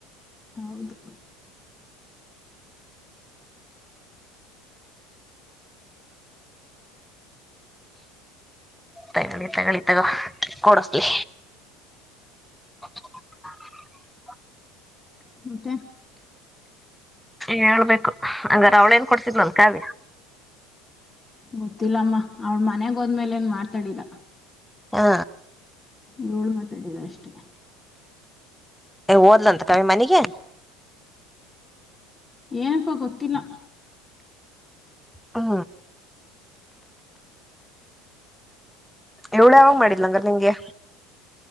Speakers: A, on the left; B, in the centre.
A: ಹೌದು
B: ತಗೊಳ್ಳಿ ತಗೊಳ್ಳಿ ತಗೋ ಕೊಡುಸ್ಲಿ. <inaudible>
A: ಮತ್ತೆ.
B: ಹೇಳ್ಬೇಕು ಹಂಗಾರ ಅವ್ಳೇನ್ ಕೊಡ್ತಿದ್ನಲ್ ಕಾವ್ಯ.
A: ಗೊತ್ತಿಲ್ಲಮ್ಮ ಅವ್ಳ ಮನೆಯಗ್ ಹೋದ್ಮೇಲೆ ಏನ್ ಮಾಡ್ತಾಡಿಲ್ಲ.
B: ಹಾ
A: ಇವಳು ಮಾತಡಿದೆ ಅಷ್ಟೆ.
B: ಏ ಓದ್ಲಂತ ಕಾವ್ಯ ಮನಗೆ.
A: ಏನಪ್ಪ ಗೊತ್ತಿಲ್ಲ.
B: ಹಾ ಇವ್ಳು ಯಾವಾಗ್ ಮಾಡಿದ್ಲು ಹಂಗಾರೆ ನಿಂಗೆ.